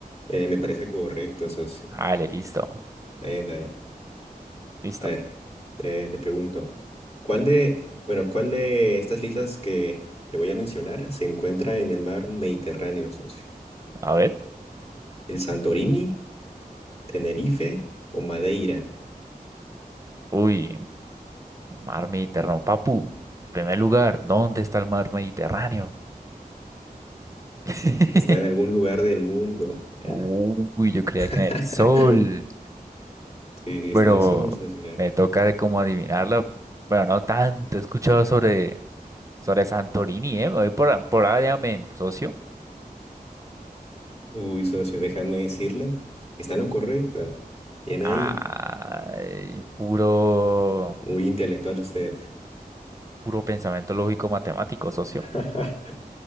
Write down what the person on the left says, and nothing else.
eh, me parece correcto, socio.
Está bien, está bien.
A ver, eh, le pregunto, ¿cuál de, bueno, cuál de estas islas que le voy a mencionar se encuentra en el mar Mediterráneo, socio?
¿El Santorini, Tenerife o Madeira?
Está en algún lugar del mundo. Ya.
<laughs>
Sí, sí,
está en el sol, socio.
Uy, socio, déjame decirle. Está lo correcto. Bien
ahí.
Muy intelectual usted.
<laughs>